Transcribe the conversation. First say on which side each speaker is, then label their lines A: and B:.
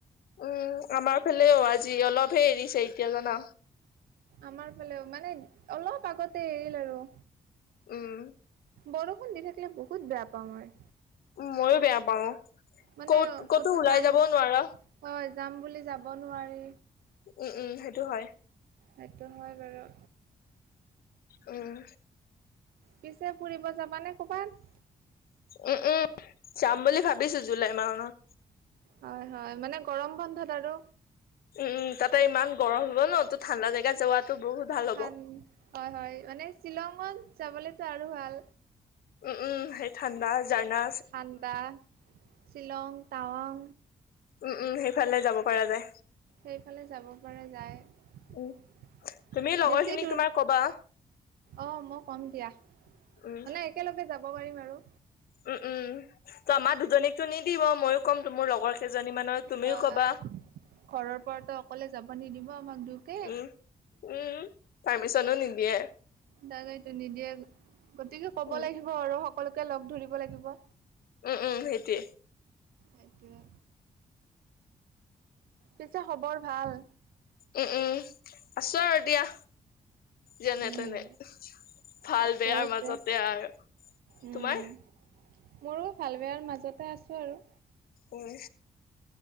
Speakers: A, on the left; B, on the right.
A: উম আমাৰ ফালেও আজি অলপহে এৰিছে এতিয়া জানা।
B: আমাৰ ফালেও মানে অলপ আগতে এৰিল আৰু।
A: উম
B: বৰষুণ দি থাকিলে বহুত বেয়া পাওঁ মই।
A: ময়ো বেয়া পাও,
B: মানে
A: কত ক'তো ওলাই
B: যাম
A: যাবও নোৱাৰা।
B: হয় যাম বুলি যাব নোৱাৰি।
A: উম উম সেইটো হয়।
B: সেইটো হয় বাৰু।
A: উম।
B: পিছে ফুৰিব যাবানে কবাত।
A: উম উম যাম বুলি ভাবিছো জুলাই মা নত।
B: হয় হয় মানে গৰম বন্ধত আৰু।
A: উম তাতে ইমান গৰম হ'ব ন, তো ঠাণ্ডা জেগাত যোৱাত তো বহুত ভাল। হ'ব
B: হান হয় হয় মানে শ্বিলঙত যাবলেতো আৰু ভাল।
A: উম উম ঠাণ্ডা জাৰগা।
B: থাণ্ডা শ্বিলং, টাৱং,
A: উম উম সেইফালে যাব পৰা যায়।
B: সেইফালে যাব পৰা যায়।
A: উম তুমি লগৰ
B: বেছি
A: খিনিক
B: দূৰ,
A: তোমাৰ কবা
B: অ মই কম দিয়া,
A: উম
B: মানে কেলগে যাব পাৰিম আৰু।
A: উম উম ত আমাৰ দুজনীকতো নিদিব ময়ো ক'ম তো মোৰ লগৰ কেইজনী মানৰ তুমিও
B: হয়
A: কবা
B: ঘৰৰ পৰাতো অকলে যাব নিদিব আমাক দোয়োকে,
A: উম উম পাৰ্মিচনো নিদিয়ে।
B: দাদ এইটো নিদিয়ে গতিকে ক'ব
A: উম
B: লাগিব আৰু সকলোকে লগ ধৰিব লাগিব।
A: উম উম সেইটয়ে
B: এইটোয়ে পিছে খবৰ ভাল
A: উম উম আছো আৰ দিয়া। যেনে
B: উম,
A: তেনে ভাল
B: ঠিকে
A: বেয়াৰ
B: আছে।
A: মাজতে আৰু,
B: উম।
A: তোমাৰ?
B: মোৰো ভাল বেয়াৰ মাজতে আছো আৰু
A: উম